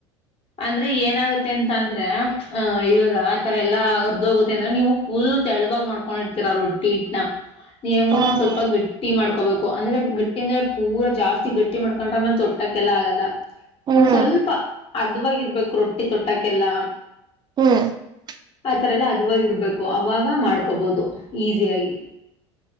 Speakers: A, on the left; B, on the right.
A: ಅಂದ್ರೆ ಏನಾಗುತ್ತೆ ಅಂತ ಅಂದ್ರೆ ಅಹ ಇವಾಗ. ಆತರ ಎಲ್ಲಾ ಹರ್ದೋಗುತ್ತೆ ಅಂದ್ರೆ ನೀವು ಫುಲ್- ಫುಲ್ ತೆಳಗಮಾಡ್ಕೊಂಡಿರ್ತೀರ ರೊಟ್ಟಿ ಇಟ್ ನ ನೀ ಎನ್ಮಾಡಬೇಕ
B: ಹ್ಮ್
A: ಸ್ವಲ್ಪ ಗಟ್ಟಿ ಮಾಡ್ಕೋಬೇಕು. - ಅಂದ್ರೆ ಗಟ್ಟಿ ಅಂದ್ರೆ ಪೂರ ಜಾಸ್ತಿ ಗಟ್ಟಿ ಮಾಡ್ಕೊಂಡ್ರೆ ಆಮೇಲೆ ತಟ್ಟಕ್ಕೆಲ್ಲ ಆಗಲ್ಲ.
B: ಹ್ಮ್
A: ಒಂದ ಸ್ವಲ್ಪ ಅದವಾಗಿರ್ಬೇಕು ರೊಟ್ಟಿ ತಟ್ಟಕ್ಕೆಲ್ಲ.
B: ಹ್ಮ್, <inaudible>
A: ಆತರ ಎಲ್ಲ ಅದುವಾಗಿ ಇರ್ಬೇಕು ಅವಾಗ ಮಾಡ್ಕೊಬೋದು ಈಸಿಯಾಗಿ.